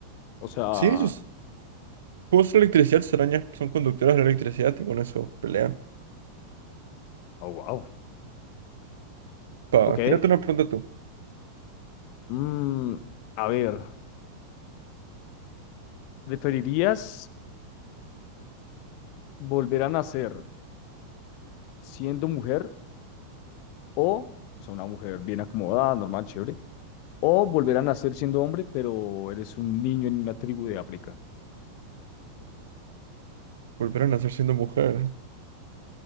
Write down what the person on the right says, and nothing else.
Sí, sus juegos de electricidad, sus arañas son conductoras de electricidad y con eso pelea.
Pa,
tírate una pregunta tú.
¿Volver a nacer siendo mujer?